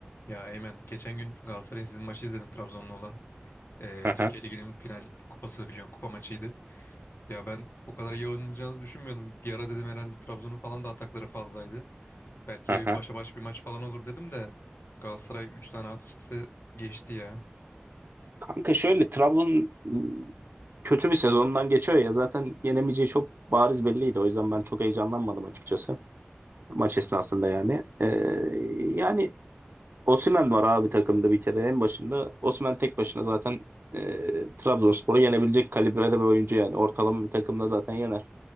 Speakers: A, on the left; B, on the right.
A: Ya Eymen geçen gün Galatasaray'ın sizin maçı izledim Trabzon'la olan. Ee,
B: Aha,
A: Türkiye Ligi'nin final kupası biliyorsun kupa maçıydı. Ya ben o kadar iyi oynayacağınızı düşünmüyordum. Bir ara dedim herhalde Trabzon'un falan da atakları fazlaydı. Belki
B: aha.
A: bir başa baş bir maç falan olur dedim de Galatasaray 3 tane atıştı geçti ya.
B: Kanka şöyle Trabzon kötü bir sezondan geçiyor ya zaten yenemeyeceği çok bariz belliydi. O yüzden ben çok heyecanlanmadım açıkçası maç esnasında yani. Ee, yani Osimhen var abi takımda bir kere en başında. Osimhen tek başına zaten e, Trabzonspor'u yenebilecek kalibrede bir oyuncu yani. Ortalama bir takımda zaten yener.